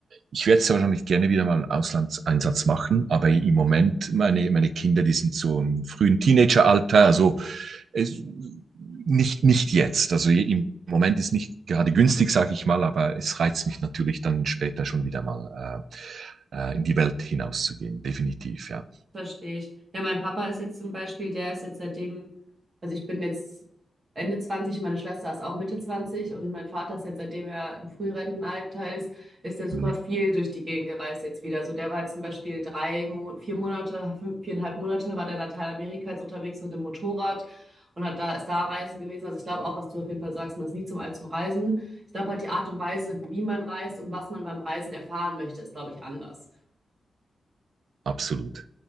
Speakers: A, on the right; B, on the right.
A: ich werde sehr wahrscheinlich gerne wieder mal einen Auslandseinsatz machen, aber im Moment, meine, meine Kinder, die sind so im frühen Teenageralter, also nicht, nicht jetzt. Also im Moment ist nicht gerade günstig, sage ich mal, aber es reizt mich natürlich dann später schon wieder mal äh, äh, in die Welt hinauszugehen, definitiv, ja.
B: Verstehe ich. Ja, mein Papa ist jetzt zum Beispiel, der ist jetzt seitdem, also ich bin jetzt Ende 20, meine Schwester ist auch Mitte 20 und mein Vater ist jetzt, seitdem er im Frührentenalter ist, ist er super
A: Mhm.
B: viel durch die Gegend gereist jetzt wieder. Also der war jetzt zum Beispiel drei, Mo- vier Monate, fünf, viereinhalb Monate war der in Lateinamerika jetzt unterwegs mit dem Motorrad und hat da, ist da reisen gewesen. Also ich glaube auch, was du auf jeden Fall sagst, man ist nie zum Alt zum Reisen. Ich glaube halt die Art und Weise, wie man reist und was man beim Reisen erfahren möchte, ist, glaube ich, anders.
A: Absolut.